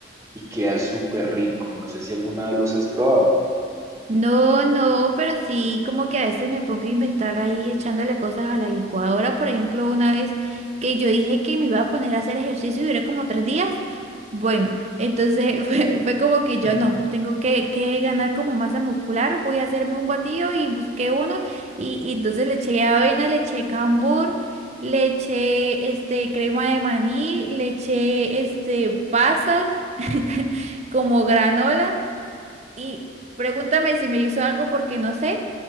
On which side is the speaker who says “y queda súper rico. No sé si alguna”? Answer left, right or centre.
Right